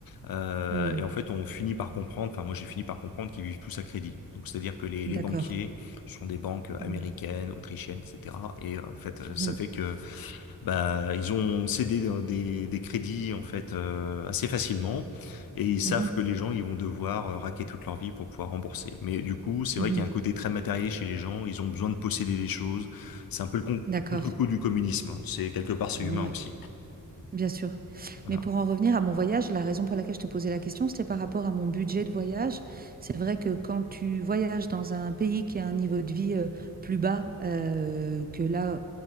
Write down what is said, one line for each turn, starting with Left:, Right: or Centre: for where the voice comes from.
Left: Euh,
Right: Hmm,
Left: et en fait, on finit par comprendre, enfin moi j'ai fini par comprendre qu'ils vivent tous à crédit. Donc c'est-à-dire que les, les
Right: D'accord.
Left: banquiers sont des banques américaines,
Right: Hmm,
Left: autrichiennes, etc. Et euh, en fait, euh,
Right: mhm,
Left: ça fait que bah ils ont cédé euh, des, des crédits en fait euh, assez facilement, et ils savent
Right: mhm,
Left: que les gens ils vont devoir euh, raquer toute leur vie pour pouvoir rembourser. Mais du coup, c'est
Right: mhm.
Left: vrai qu'il y a un côté très matériel chez les gens. Ils ont besoin de posséder des choses. C'est un peu le con-
Right: D'accord.
Left: contre-coup du communisme. C'est quelque part c'est
Right: Ouais.
Left: humain aussi.
Right: Bien sûr.
Left: Voilà.
Right: Mais pour en revenir à mon voyage, la raison pour laquelle je te posais la question, c'était par rapport à mon budget de voyage. C'est vrai que quand tu voyages dans un pays qui a un niveau de vie euh, plus bas euh, que là,